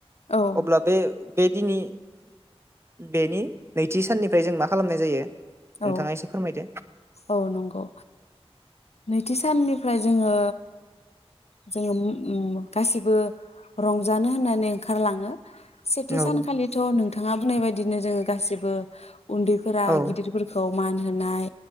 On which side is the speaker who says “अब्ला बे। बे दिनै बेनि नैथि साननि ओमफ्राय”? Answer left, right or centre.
Right